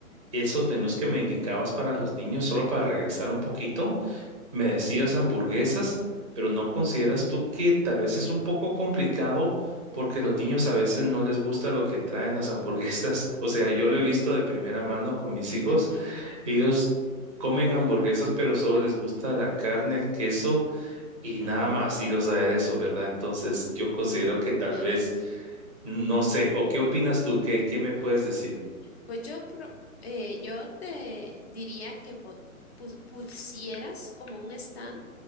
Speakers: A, on the right; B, on the left.
A: Esos menús que me indicabas para los niños, solo para regresar un poquito, me decías hamburguesas, pero ¿no consideras tú que tal vez es un poco complicado porque los niños a veces no les gusta lo que traen las hamburguesas? <laughs> O sea, yo lo he visto de primera mano con mis hijos.
B: Ujú,
A: Ellos comen hamburguesas, pero solo les gusta la carne, el queso y nada más, y los aderezos, ¿verdad? Entonces, yo considero que tal
B: Ajá.
A: vez, no sé, ¿o qué opinas tú? ¿Qué, qué me puedes decir?
B: Pues yo, pro- eh, yo te diría que po- pus- pusieras como un stand